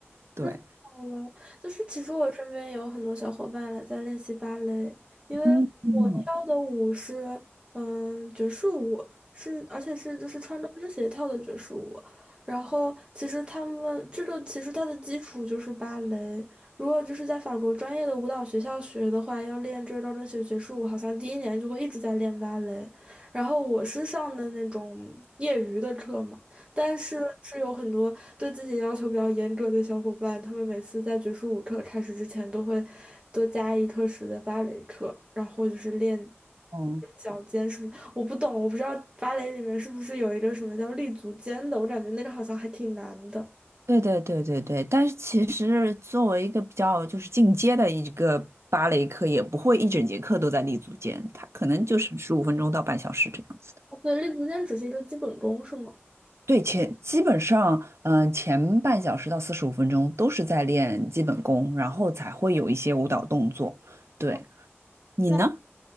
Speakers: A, on the right (about 75°); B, on the right (about 25°).
A: 对，
B: 那太好了，就是其实我身边有很多小伙伴来在练习芭蕾，因为我跳的舞是嗯爵士舞，
A: 嗯嗯，
B: 是而且是就是穿着跟鞋跳的爵士舞。然后其实他们这个其实它的基础就是芭蕾，如果就是在法国专业的舞蹈学校学的话，要练这招跟学爵士舞，好像第一年就会一直在练芭蕾。然后我是上的那种业余的课嘛。但是是有很多对自己要求比较严格的小伙伴，他们每次在爵士舞课开始之前都会多加一课时的芭蕾课，然后就是练
A: 嗯
B: 脚尖什么。我不懂，我不知道芭蕾里面是不是有一个什么叫立足尖的，我感觉那个好像还挺难的。
A: 对对对对对，但是其实作为一个比较就是进阶的一个芭蕾课，也不会一整节课都在立足间，它可能就是十五分钟到半小时这样子的。
B: 对，立足尖只是一个基本功，是吗？
A: 对，前基本上，嗯、前半小时到四十五分钟都是在练基本功，然后才会有一些舞蹈动作。对，
B: 哦，
A: 你呢？
B: 那